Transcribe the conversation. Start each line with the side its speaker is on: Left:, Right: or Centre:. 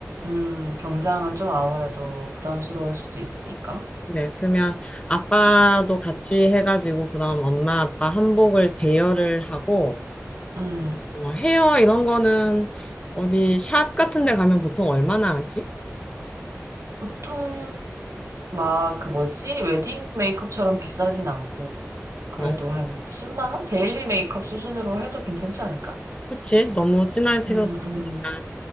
Right: 음, 정장은 좀 아무래도 부담스러울 수도 있으니까.
Left: 그래. 그러면 아빠도 같이 해가지고 그럼 엄마, 아빠 한복을 대여를 하고,
Right: 음.
Left: 어, 헤어 이런 거는 어디 샵 같은 데 가면 보통 얼마나 하지?
Right: 보통 막 그 뭐지? 웨딩 메이크업처럼 비싸진 않고 그래도
Left: 어,
Right: 한 10만 원? 데일리 메이크업 수준으로 해도 괜찮지 않을까?
Left: 그치? 너무 진할 필요도
Right: 음,
Left: 없으니까.
Right: 음.